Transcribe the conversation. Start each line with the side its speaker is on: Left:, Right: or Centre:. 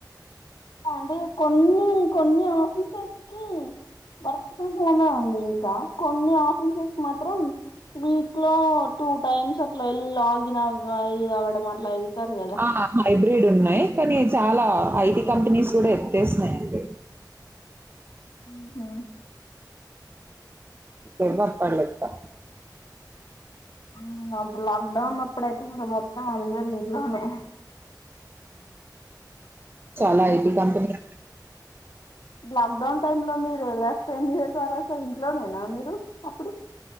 Left: అంటే కొన్ని కొన్ని ఆఫీసర్స్ కి వర్క్ ఫ్రమ్ హోమ్ ఉంది ఇంకా కొన్ని ఆఫీసెస్ మాత్రం మీ క్లో టూ టైమ్స్ అట్లా వెళ్లి లాగిన్ అవ్వాలి అవడం అట్లా వెళ్తారు కదా
Right: ఆ హైబ్రిడ్ ఉన్నాయి కానీ చాలా ఐటీ కంపెనీస్ కూడా ఎత్తేస్తున్నాయండి.
Left: అ
Right: ఏమో పర్లేదు బ
Left: ఉమ్ అప్పుడు లాక్డౌన్ అప్పుడయితే ఇంకా మొత్తం అందరు ఇంట్లోనే.
Right: చాలా IT company
Left: lockdown time లో మీరు ఎలా స్పెండ్ చేసారు అసలు? ఇంట్లోనేనా మీరు అప్పుడు?